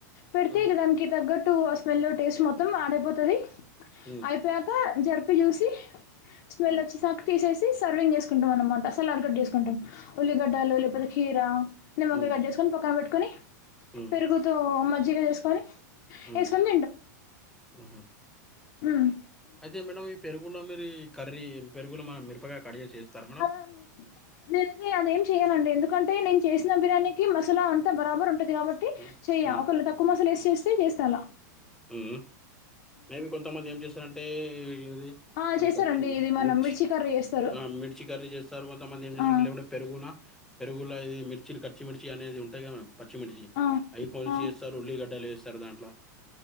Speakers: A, on the left; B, in the centre.
A: పెడితే
B: హ్మ్
A: ఇక దానికి తగ్గట్టు ఆ స్మెల్ టేస్ట్ మొత్తం ఆడెపోతది
B: హ్మ్
A: అయిపోయాక జరిపి చూసి వెళ్ళ
B: హ్మ్
A: వచ్చె సాకే తీసేసి సర్వింగ్ చేసుకుంటాం అన్నమాట సలాడ్ గడ్ చేసుకుంటాం ఉల్లిగడ్డలు లేపోతే కీర నిమ్మకాయ
B: హ్మ్
A: కట్ చేసుకొని పక్కన పెట్టుకొని
B: హ్మ్
A: పెరుగుతో మజ్జిగా చేసుకొని
B: మ్మ్
A: ఏసుకొని
B: హ్మ్ హు
A: ఉమ్
B: అయితే మేడం ఈ పెరుగుల్లో మీరీ కర్రీ పెరుగులో మిరపకాయ కడ్ జెసి ఎస్తారా మేడం
A: అ నేనైతే అదేం చేయనండి ఎందుకంటే నేను చేసిన బిర్యానీకి మసాలా అంతా బరాబర్ ఉంటది కాబట్ టి
B: హ్మ్
A: చేయ్య
B: హ్మ్
A: ఒకళు తక్కువ మసాల ఏసి చేస్తే చేస్తాలా
B: హ్మ్ మేబి కొంతమంది ఏం చేస్తారంటే ఇది
A: ఆ
B: మీచ
A: చేస్తారండి ఇది మన
B: మిర్చ్
A: మిర్చి కర్రీ చేస్తారు
B: ఆ మిర్చి కర్రీ చేస్తారు కొంతమంది ఏం చేస్త
A: ఆ
B: లేంటే పెరుగునా పెరుగుల ఇది మిర్చి కచ్చిమిిర్చి అనేది ఉంటాయి కదా మ పచ్చిమిర్చి
A: ఆ
B: అవి కొల్సి
A: ఆ
B: జెస్తారు ఉల్లిగేడ్డలు ఏస్తారు దాంట్లో